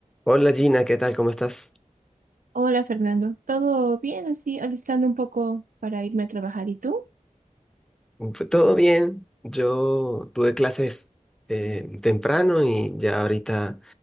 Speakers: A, in the centre; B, on the right.
A: Hola Gina, ¿qué tal? ¿Cómo estás?
B: Hola Fernando, ¿todo bien así? Alistando un poco para irme a trabajar. ¿Y tú?
A: Mm, Pues, Todo bien. Yo tuve clases eh, temprano y ya ahorita